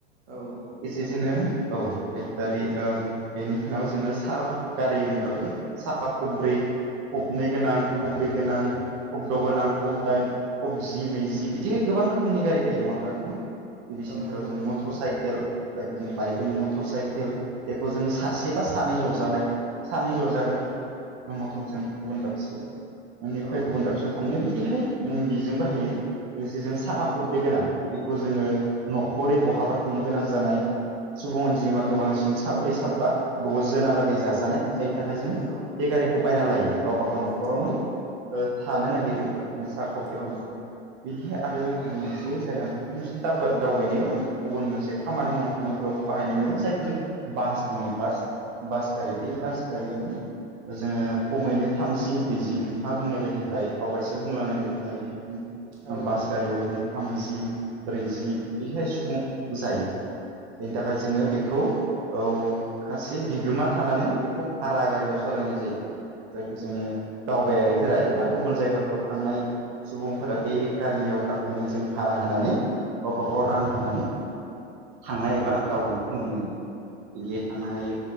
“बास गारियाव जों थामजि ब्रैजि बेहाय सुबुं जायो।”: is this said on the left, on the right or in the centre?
Right